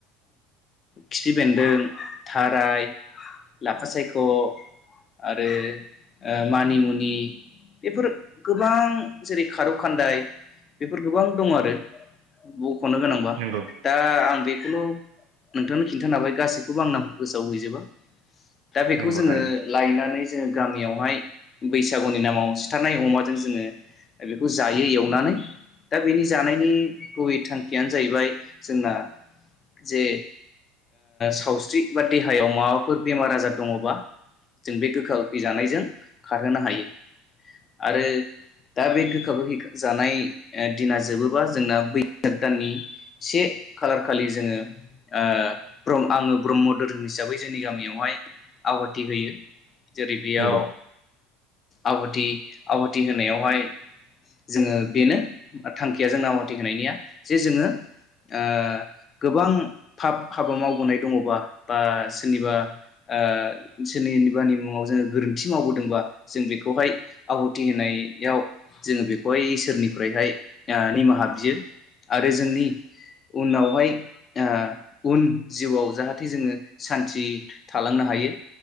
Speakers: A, on the left (about 35°); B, on the right (about 70°).
A: खिफि बेन्दों थाराय लाफा सायख ग आरो मानिमुनि बेफोर गोबां जेरै खारौ खान्दाय बेफोर गोबां दङ आरो बख'नो गोनांबा
B: नंगौ
A: दा आं बे खौल' नोंथांनो खिन्थानो हाबाय गासैखौबो आं नामखौ गोसोआव हैजोबा दा बेखौ
B: नंगौ
A: जोङो
B: थारैनो
A: लायनानै जोङो गामियावहाय बैसागुनि नामाव सिथारनाय अमाजों जोङो बेखौ जायो एवनानै दा बेनि जानायनि गुबै थांखियानो जाहैबाय जोंना जे सावस्रि बा देहायाव माबाफोर बेमार आजार दङबा जों बे गोखा गोखि जानायजों खारहोनो हायो आरो रं दा बे गोखा गोखैखो जानाय ए दिना जोबोबा जोंना बैसाग दाननि से खालार खालि जोङो ओ प्रमआङो ब्रह्म धोरोम हिसाबै जोंनि गामियावहाय आवाथि होयो जेरै बेयाव
B: नंगौ
A: आवाथि आवाथि होनायावहाय जोङो बेनो थांखिया जोंना आवाथि होनायनिया जे जोङो ओ गोबां थाब हाबा मावबोनाय दङबा बा सोरनिबा ओ ओनसोरनि निबानि मुङाव जोङो गोरोन्थि मावबोदोंबा जों बेखौहाय आहुथि होनाय याव जोङो बेखौहाय इसोरनिफ्रायहाय आ निमाहा बियो आरो जोंनि! उनावहाय आ उन जिउआव जाहाथे जोङो सान्थि थालांनो हायो